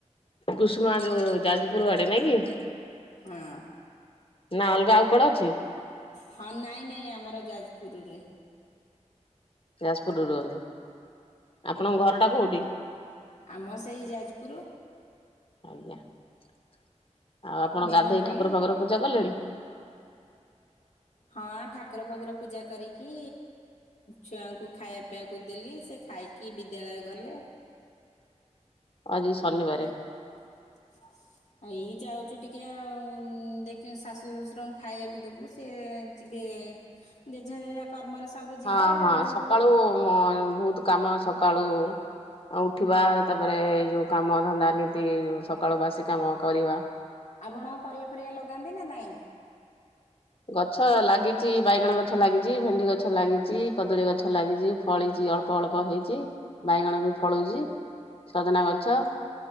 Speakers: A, on the left; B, on the left.
A: କୁସୁମା ଯୋଉ ଯାଜପୁର ଆଡେ ନାଇଁ କି?
B: ହଁ।
A: ନା ଅଲଗା ଆଉ କୁଆଡେ ଅଛି।
B: ହଁ ନାଇଁ ନାଇଁ ଆମର ଯାଜପୁରୁରେ।
A: ଯାଜପୁରରୁ ରୁହନ୍ତି ଆପଣଙ୍କ ଘରଟା କୋଉଠି।
B: ଆମ ସେଇ ଯାଜପୁରୁ।
A: ଆଜ୍ଞା। ଆଉ ଆପଣ
B: ନିମପଲ୍ଲୀ
A: ଗାଧେଇ ଠାକୁର ଫାକୁର ପୂଜା କଲେଣି?
B: ହଁ ଠାକୁର ଫାକୁର ପୂଜା କରିକି ଛୁଆଙ୍କୁ ଖାଇବା ପିଇବାକୁ ଦେଲି ସେ ଖାଇ କି ବିଦ୍ୟାଳୟ ଗଲେ।
A: ଅଜି ଶନିବାରେ।
B: <inaudible> ଏଇ ଯାଉଚୁ ଟିକେ ଆଉ ଦେଖି ଶାଶୁ ଶ୍ୱଶୁରଙ୍କୁ ଖାଇଆକୁ ଦବୁ ସେ ଯିବେ। ଜେଝା ଜେଝା କର୍ମରେ ସବୁ ଯିବେ
A: ହଁ
B: ଆଉ।
A: ସକାଳୁ ହଁ ବହୁତ କାମ ସକାଳୁ। ଆଉ ଉଠିବା ତାପରେ ଏ ଯୋଉ କାମ ଧନ୍ଦା ନୀତି ଯୋଉ ସକାଳ ବାସି କାମ କରିବା।
B: ଆପଣ ପରିବା ଫରିବା ଲଗାନ୍ତି ନା ନାଇଁ।
A: ଗଛ ଲାଗିଚି ବାଇଗଣ ଗଛ ଲାଗିଚି, ଭେଣ୍ଡି ଗଛ ଲାଗିଚି, କଦଳୀ ଗଛ ଲାଗିଚି। ଫଳିଚି ଅଳ୍ପ ଅଳ୍ପ ହେଇଚି ବାଇଗଣ ବି ଫଳୁଚି ସଜନା ଗଛ।